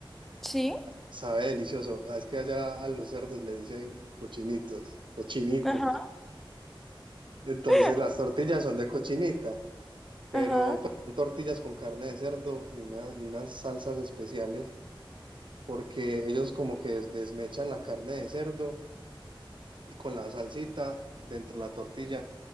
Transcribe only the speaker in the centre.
Sí.
Ajá.
<laughs>
Ajá.